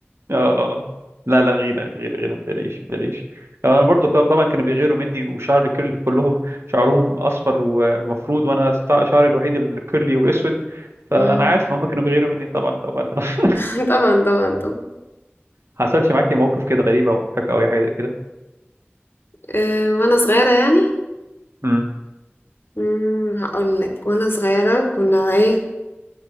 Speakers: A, on the right; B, on the left.
A: اه اه آه. لا لا غيرة غيرة غيرة متقلقيش متقلقيش انا برضو كا- طبعا كانوا بيغيروا مني وشعر كيرلي كلهم شعرهم اصفر ومفروض وانا ستع- شعري الوحيد الكيرلي واسود
B: مم.
A: فانا عارف ان هم كانوا بيغيروا مني طبعا طبعا طبعا <laughs>
B: <laughs> طبعا طبعا طبعا
A: حصلش معاكي موقف كده غريب او مضحك او اي حاجه كده
B: أه وانا صغيرة يعني
A: امم
B: مم، هقول لك وانا صغيرة كنا ايه